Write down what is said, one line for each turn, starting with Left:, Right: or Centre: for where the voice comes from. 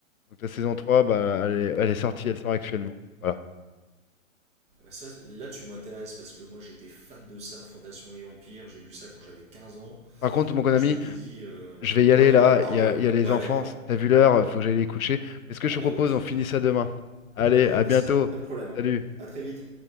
Left: Donc la saison 3, bah, elle est, elle est sortie, elle sort actuellement. Voilà.
Right: Ça, là, tu m'intéresses parce que moi j'étais fan de ça, Fondation et Empire. J'ai lu ça quand j'avais 15 ans
Left: Par contre, mon
Right: et
Left: ami,
Right: je m'étais dit, euh,
Left: je vais y
Right: ouais,
Left: aller
Right: on
Left: là,
Right: en parle.
Left: il y a,
Right: euh,
Left: il y a les
Right: Ouais,
Left: enfants,
Right: d'accord.
Left: t'as vu l'heure, faut que j'aille les coucher. Mais ce que
Right: Ah
Left: je te propose,
Right: bah oui, tu
Left: on
Right: m'étonnes.
Left: finit ça demain. Allez,
Right: Ouais,
Left: à
Right: bah
Left: bientôt.
Right: ça, pas de problème.
Left: Salut.
Right: À très vite.